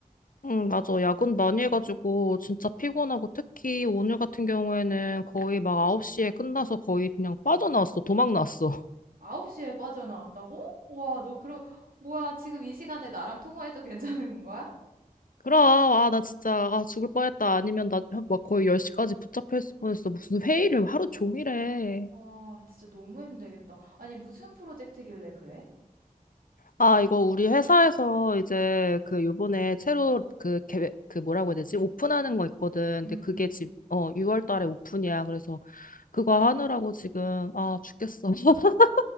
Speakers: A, on the left (about 70°); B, on the right (about 80°).
A: 응, 맞아. 야근 많이 해가지고 진짜 피곤하고 특히 오늘 같은 경우에는 거의 막 9시에 끝나서 거의 그냥 빠져나왔어. 도망 나왔어.
B: 9시에 빠져나왔다고? 와, 너 그럼, 뭐야, 지금 이 시간에 나랑 통화해도 <laughs> 괜찮은 거야?
A: <laughs> 그럼, 아, 나 진짜, 아, 죽을 뻔했다. 아니면 나 막 거의 10시까지 붙잡혀 있을 뻔했어. 무슨 회의를 하루 종일 해.
B: 아, 진짜 너무 힘들겠다. 아니, 무슨 프로젝트길래 그래?
A: 아, 이거 우리 회사에서 이제 그 요번에 새로 그 계획, 그 뭐라고 해야 되지? 오픈하는 거 있거든.
B: 음,
A: 근데 그게
B: 음.
A: 지금, 어, 6월 달에 오픈이야. 그래서 그거 하느라고 지금, 아, 죽겠어. <laughs>